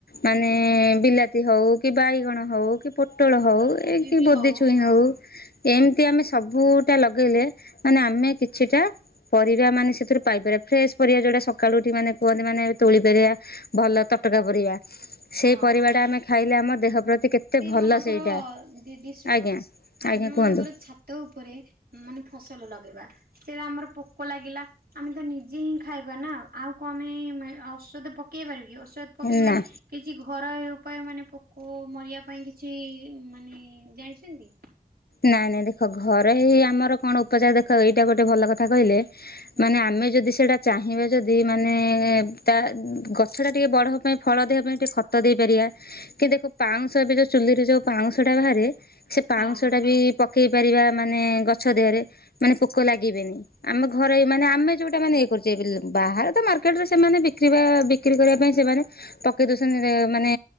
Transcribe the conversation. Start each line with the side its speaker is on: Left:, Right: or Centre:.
Left: ମାନେ ବିଲାତି ହଉ କି ବାଇଗଣ ହଉ କି ପୋଟଳ ହଉ
Right: କୋବି
Left: ଏ କି
Right: ବି
Left: ବୋଦି ଛୁଇଁ ହଉ
Right: ହଁ।
Left: ଏମତି ଆମେ ସବୁ ଟା ଲଗେଇଲେ ମାନେ ଆମେ କିଛିଟା ପରିବା ମାନେ ସେଥିରୁ ପାଇପାରିବା ଫ୍ରେଶ ପରିବା ଯୋଉଟା ସକାଳୁ ଉଠି ମାନେ କୁହନ୍ତି ମାନେ ତୋଳି ପାରିବା ଭଲ ତ ତଟକା ପରିବା ସେଇ
Right: ହଁ
Left: ପରିବା ଟା ଆମେ ଖାଇଲେ ଆମ ଦେହ ପ୍ରତି କେତେ ଭଲ
Right: ମାନଙ୍କର
Left: ସେଇଟା
Right: ଦିଦି ଶୁଣ
Left: ଆଜ୍ଞା
Right: ଆମେ
Left: ଆଜ୍ଞା
Right: ମନେକର
Left: କୁହନ୍ତୁ
Right: ଛାତ ଉପରେ ମାନେ ଫସଲ ଲ ସେଇଟା ଆମର ପୋକ ଲାଗିଲା ଆମେ ତ ନିଜେ ହିଁ ଖାଇବା ନା ଆଉ କଣ ଆମେ ଔଷଧ ପକେଇ ପାରିବ କି ପକେଇ
Left: ନା।
Right: ବାନି କିଛି ଘରୋଇ ଉପାୟ ମାନେ ପୋକ ଚରା ଓ ମରିବା ପାଇଁ କିଛି ମାନେ ଜାଣିଛନ୍ତି?
Left: ନାଇଁ ନାଇଁ ଦେଖ ଘରେ ହି ଆମର କଣ ଉପଚାର ଦେଖ ଏଇଟା ଗୋଟେ ଭଲ କଥା କହିଲେ।
Right: ହୁଁ
Left: ମାନେ
Right: ହୁଁ।
Left: ଆମେ ଯଦି ସେଇଟା ଚାହିଁବେ ଯଦି ମାନେ ତା ଗଛଟା ଟିକେ ବଡ଼ ହେବା ପାଇଁ ଫଳ ଦେବା ପାଇଁ ଟିକେ ଖତ ଦେଇପାରିବା। କି ଦେଖ ପାଉଁଶ ଏବେ ଯୋଉ ଚୁଲିରେ ଯୋଉ ପାଉଁଶ ଟା ବାହାରେ ସେ ପାଉଁଶ
Right: ହଁ ହଁ।
Left: ଟା ବି ପକେଇ ଇପାରିବା ମାନେ ଗଛ ଦେହରେ ମାନେ ପୋକ
Right: ହୁଁ।
Left: ଲାଗିବେନି ଆମ ଘରେ ମାନେ ଆମେ ଯୋଉ ଇଏ କରୁଛେ ବାହାରେ ତ ମାର୍କେଟରେ ସେମାନେ ବ ବିକ୍ରି କରିବା ପାଇଁ ସେମାନେ ପକେଇ ଦୋଉଛନ୍ତି। ମାନେ